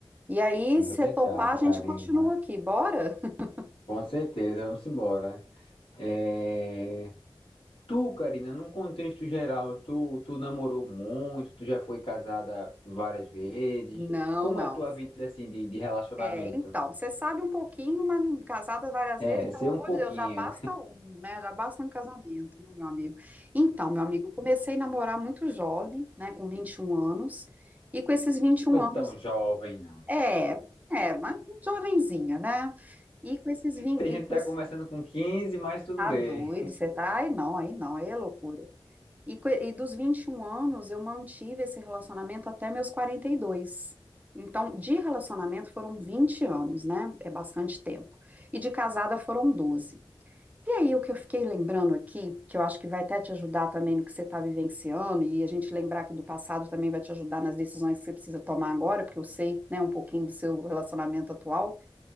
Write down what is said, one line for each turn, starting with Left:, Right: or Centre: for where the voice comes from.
Right: E aí, se
Left: Verdade,
Right: topar, a gente
Left: Karina.
Right: continua aqui, bora? <laughs>
Left: Com certeza, vamos embora. É... Tu, Karina, num contexto geral, tu, tu namorou muito, tu já foi casada várias vezes.
Right: Não,
Left: Como
Right: não.
Left: é a tua vida assim de, de relacionamento?
Right: É, então, você sabe um pouquinho, mas não- casada várias
Left: É,
Right: vezes, pelo
Left: ser
Right: amor
Left: um pouquinho.
Right: de Deus, já basta um, né? Já basta um casamento, né, meu amigo? Então, meu amigo, eu comecei a namorar muito jovem, né, com 21 anos, e com esses 21
Left: Foi
Right: anos,
Left: tão jovem, não.
Right: é, é, mas jovenzinha, né? E com esses 20,
Left: Tem
Right: e
Left: gente
Right: com
Left: que tá
Right: esse,
Left: começando com 15, mas tudo
Right: tá
Left: bem.
Right: doido, você tá, aí não, aí não, aí é loucura. E, co- e dos 21 anos, eu mantive esse relacionamento até meus 42. Então, de relacionamento foram 20 anos, né? É bastante tempo. E de casada foram 12. E aí, o que eu fiquei lembrando aqui, que eu acho que vai até te ajudar também no que você está vivenciando, e a gente lembrar que do passado também vai te ajudar nas decisões que você precisa tomar agora, porque eu sei, né, um pouquinho do seu relacionamento atual.